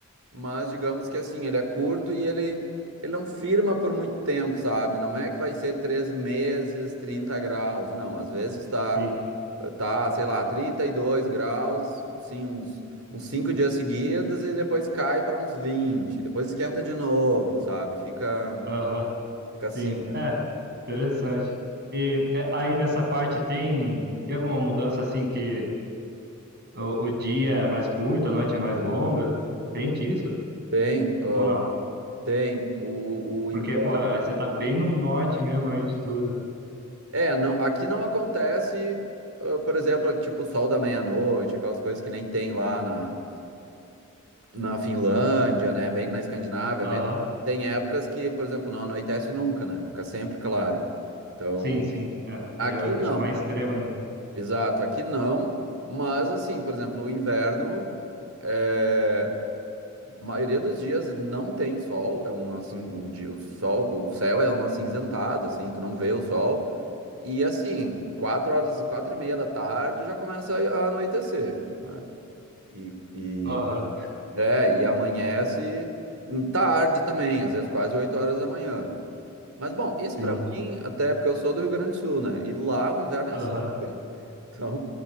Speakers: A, on the right; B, on the right.
A: mas digamos que assim, ele é curto e ele ele não firma por muito tempo, sabe? Não é que vai ser três meses, 30 graus, não. Às vezes tá
B: Sim.
A: Tá, sei lá, 32 graus, assim, uns, uns cinco dias seguidos e depois cai para uns vinte Depois esquenta de novo, sabe? Fica,
B: Aham.
A: fica
B: Sim.
A: assim, né?
B: É, interessante. E é, aí nessa parte tem, tem alguma mudança assim que o, o dia é mais curto, a noite é mais longa? Sente isso?
A: Tem, ah,
B: Ou não?
A: tem o, o
B: Porque,
A: inverno.
B: pô, aí você tá bem no norte mesmo aí de tudo.
A: É, não, aqui não acontece, ah, por exemplo, tipo, sol da meia-noite, aquelas coisas que nem tem lá na, na Finlândia, né? Bem na Escandinávia
B: Aham.
A: mesmo. Tem épocas que, por exemplo, não anoitece nunca, né? Fica sempre claro. Então,
B: Sim, sim. É,
A: aqui
B: já é
A: não.
B: mais extremo ainda.
A: Exato, aqui não, mas assim, por exemplo, o inverno, é, maioria dos dias não tem sol, é um assim, o, di- o sol, o céu é um acinzentado, assim, tu não vê o sol, e assim, quatro horas, quatro e meia da tarde já começa a anoitecer, né? E, e
B: Aham.
A: é, e amanhece tarde também, às vezes quase oito horas da manhã. Mas bom, isso
B: Sim.
A: pra mim, até porque eu sou do Rio Grande do Sul, né? E lá o inverno
B: Aham.
A: é assim, <laughs> então,